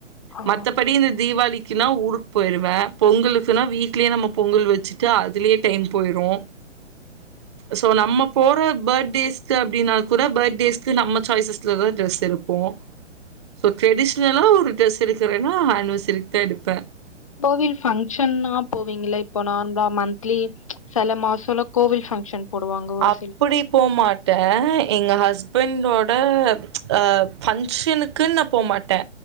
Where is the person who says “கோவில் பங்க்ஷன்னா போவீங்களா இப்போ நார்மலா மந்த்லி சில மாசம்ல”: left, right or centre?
Left